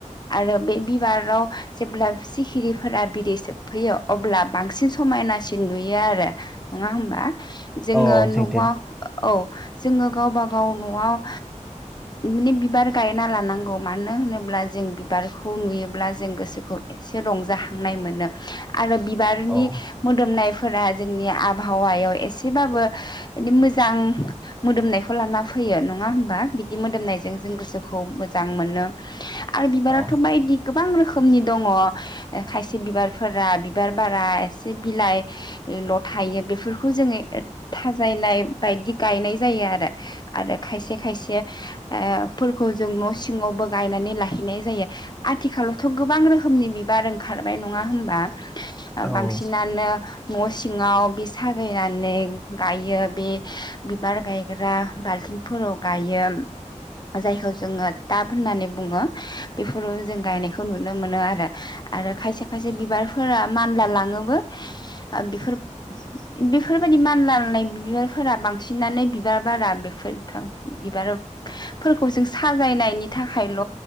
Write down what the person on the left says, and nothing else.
आरो बे बिबाराव जेब्ला सिखिरिफोरा बिदै सोबफैयो अब्ला बांसिन समायनासिन नुयो आरो। नङा होमबा? जोङो
न'आव
औ जोङो गावबा गाव न'आ ओ माने बिबार गायना लानांगौ। मानो होनोब्ला जों बिबारखौ नुयोब्ला जों गोसो खौ एसे रंजाखांनाय मोनो आरो बिबारनि
मोदोमनायफोरा जोंनि आबहावायाव एसेबाबो माने मोजां मोदोमनायखौ लाना फैयो नङा होमबा। बिदि मोदोमनायजों जों गोसोखौ मोजां मोनो। आरो बिबाराथ'
बायदि गोबां रोखोमनि दङ' ए खायसे बिबारफोरा बिबार बारा, एसे बिलाइ ल' थायो बेफोरखौ जोङो एथ थाजायनाय बायदि गायनाय जायो आरो। आरो खायसे खायसे ओ फोरखौ जों न' सिङावबो गायनानै लाहैनाय जायो। आथिखालावथ' गोबां रो खोमनि बिबार ओंखारबाय नङा होमबा,
बांसिनानो न' सिङाव बे साजायनानै गायो बे बिबार गायग्रा बाल्थिं फोराव गायो, जायखौ जोङो टाब होननानै बुङो। बेफोराव जों गायनायखौ नुनो मोनो आरो। आरो खायसे खायसे बिबारफोरा मानला लाङोबो बेफोर बेफोरबायदि मानलानाय बिबारफोरा बांसिनानो बिबार बारा बेफोरथ' बिबाराव फोरखौ जों साजायनायनि थाखायल'